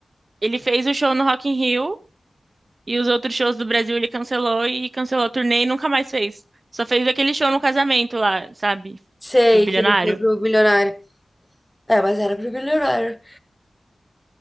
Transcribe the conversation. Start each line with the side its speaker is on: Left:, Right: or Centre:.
Right: Ele fez o show no Rock in Rio e os outros shows do Brasil ele cancelou e cancelou a turnê e nunca mais fez. Só fez aquele show no casamento lá, sabe?
Centre: Sei
Right: Do bilionário.
Centre: que ele foi pro Milionário. É, mas era pro Milionário.